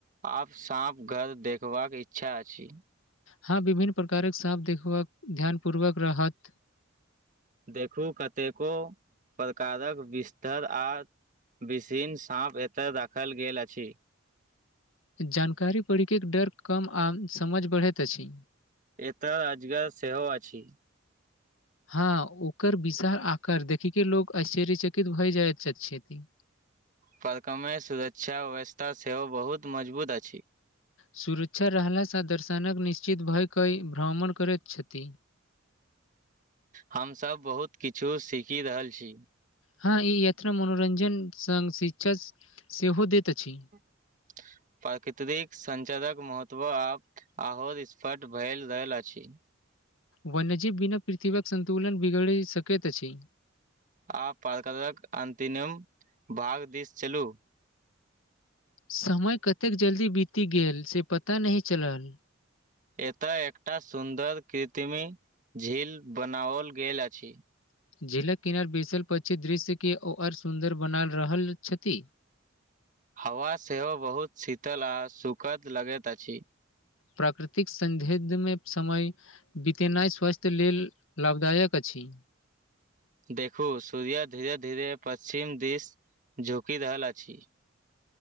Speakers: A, on the right; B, on the left.
A: आब साँपघर देखबाक इच्छा अछी।
B: हँ, विभिन्न प्रकारक साँप देखबाक, ध्यानपूर्वक रहत।
A: देखू, कतेको प्रकारक बिस्तर आ विभिन्न साँप एतऽ देखाओल गेल अछि।
B: जानकारी पढ़िकऽ डर कम आ समझ बढ़ैत अछि।
A: एतऽ रोजगार सेहो अछि।
B: हँ, ओकर विशाल आकार देखिकऽ लोक आश्चर्यचकित भऽ जाइत छथि।
A: परिसरमे सुरक्षा व्यवस्था सेहो बहुत मजबूत अछि।
B: सुरक्षा रहलासँ दर्शनक निश्चिन्त भऽ कऽ भ्रमण करैत छथि।
A: हमसभ बहुत किछु सीखि रहल छी।
B: हँ, ई यात्रा मनोरंजन संग शिक्षा सेहो दैत अछि।
A: ह। प्राकृतिक संरक्षणक महत्त्व आब आओर स्पष्ट भऽ रहल अछि।
B: वन्यजीव बिना पृथ्वीक सन्तुलन बिगड़ि सकैत अछि।
A: आओ, पाठकक अन्तिम भाग दिस चलू।
B: समय कतेक जल्दी बीति गेल, से पता नहि चलल।
A: एतय एकटा सुन्दर कृत्रिम झील बनाओल गेल अछि।
B: झीलक किनार बैसलापछि दृश्यके आओर सुन्दर बना रहल अछि।
A: हवा सेहो बहुत शीतल आ सुखद लगैत अछि।
B: प्राकृतिक सान्निध्यमे समय। बितेनाइ स्वास्थ्य लेल लाभदायक अछि।
A: देखू, सूर्य धीरे धीरे पश्चिम दिस झुकि रहल अछि।